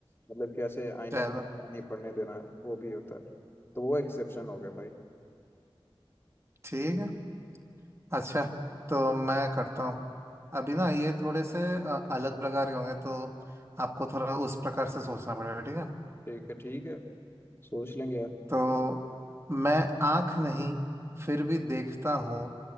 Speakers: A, on the left; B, on the right.
A: मतलब कि ऐसे आईने
B: चलो
A: पे नहीं पड़ने देना वो भी होता है तो वो एक्सेप्शन हो गया भाई
B: ठीक है अच्छा तो मैं करता हूँ अभी ना ये थोड़े से अ, अलग प्रकार के होंगे तो आपको थोड़ा उस प्रकार से सोचना पड़ेगा ठीक है
A: ठीक है ठीक है सोच लेंगे यार
B: तो मैं आंख नहीं फिर भी देखता हूँ